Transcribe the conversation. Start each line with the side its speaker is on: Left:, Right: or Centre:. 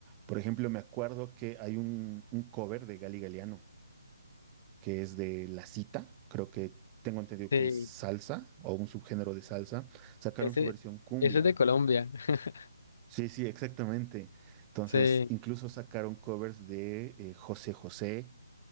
Right: Por ejemplo, me acuerdo que hay un, un cover de Gali Galiano que es de la cita, creo que tengo entendido
Left: Sí,
Right: que es salsa o un subgénero de salsa, sacaron
Left: ese,
Right: su versión cumbia.
Left: eso es de Colombia. <laughs>
Right: Sí, sí, exactamente. Entonces,
Left: Sí,
Right: incluso sacaron covers de eh, José José,